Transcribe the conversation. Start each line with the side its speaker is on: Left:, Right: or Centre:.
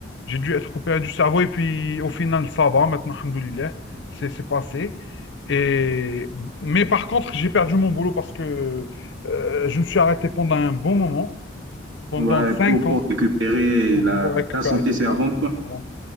Left: J'ai dû être opéré du cerveau. Et puis, au final, ça va. Maintenant, alhamdoulilah, c'est c'est passé. Et... Mais par contre, j'ai perdu mon boulot parce que euh, je me suis arrêté pendant un bon moment, pendant
Right: Ouais,
Left: 5
Right: pour, pour
Left: ans.
Right: récupérer
Left: pour
Right: la,
Left: pouvoir récupérer
Right: ta santé,
Left: tout
Right: c'est
Left: ça.
Right: avant tout.
Left: Voilà.